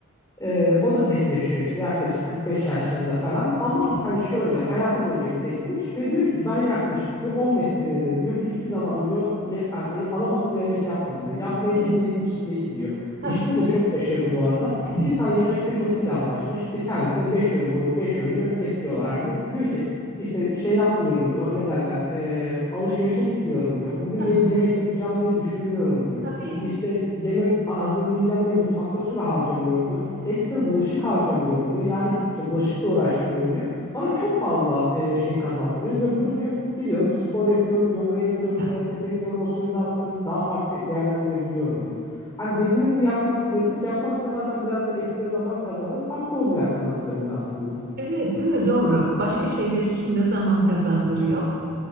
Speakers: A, on the left; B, on the right.
A: Ee, o da tek yaşıyor işte yaklaşık 45 yaşlarında falan ama
B: evet,
A: hani şöyle hayatı boyunca hep tekmiş ve diyor ki ben yaklaşık diyor 15 senedir diyor hiçbir zaman diyor ye- a- adam akıllı yemek yapmadım diyor. Yapmayı
B: evet,
A: bilmediğim için değil diyor.
B: tabii,
A: İşinde de çok başarılı bu arada.
B: evet.
A: Bir tane yemek firmasıyla anlaşmış. İşte kendisine 5 öğün boy 5 öğünü getiriyorlar her gün. Diyor ki işte şey yapmıyorum diyor. Ne derler? Ee, alışverişe gitmiyorum diyor. Bugün
B: Ha,
A: ne yemek yapacağım diye düşünmüyorum diyor.
B: tabii,
A: İşte yemek hazırlayacağım diye mutfakta süre harcamıyorum diyor. Ekstra bulaşık harcamıyorum diyor. Yani
B: evet,
A: şey bulaşıkla uğraşmıyorum diyor. Bana çok fazla e, şey kazandırıyor ve bunu diyor gidiyorum spor yapıyorum, yogaya gidiyorum,
B: ha.
A: pilatese gidiyorum. O süre zarfında diyor, daha farklı değerlendirebiliyorum diyor. Hani dediğinizi yapmak, pratik yapmak size zaten biraz da ekstra zaman kazandırır. Farklı hobiler kazandırabilir aslında.
B: Evet, değil mi? Doğru. Başka şeyler için de zaman kazandırıyor.